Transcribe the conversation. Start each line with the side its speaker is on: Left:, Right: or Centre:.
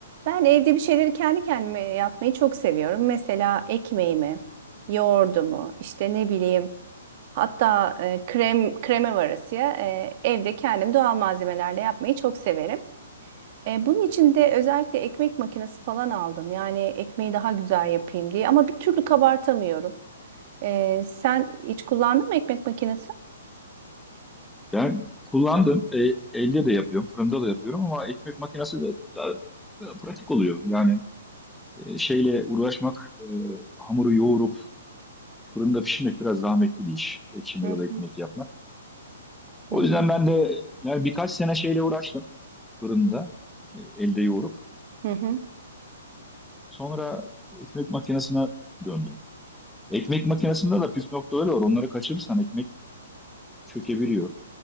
Right: Ben evde bir şeyleri kendi kendime yapmayı çok seviyorum. Mesela ekmeğimi, yoğurdumu, işte ne bileyim, hatta e, krem kreme varasıya e, evde kendim doğal malzemelerle yapmayı çok severim. E, bunun için de özellikle ekmek makinesi falan aldım. Yani ekmeği daha güzel yapayım diye ama bir türlü kabartamıyorum. E, sen hiç kullandın mı ekmek makinesi?
Centre: Yani kullandım. E, elde de yapıyorum. Fırında da yapıyorum ama ekmek makinesi de daha, daha pratik oluyor. Yani e, şeyle uğraşmak, e, hamuru yoğurup fırında pişirmek biraz zahmetli bir iş. Ekşi mayalı
Right: Hı
Centre: ekmek
Right: hı
Centre: yapmak.
Right: hı
Centre: O
Right: hı.
Centre: yüzden ben de yani birkaç sene şeyle uğraştım fırında e, elde yoğurup.
Right: hı hı.
Centre: Sonra ekmek makinesine döndüm. Ekmek makinesinde de püf noktaları var. Onları kaçırırsan ekmek çökebiliyor,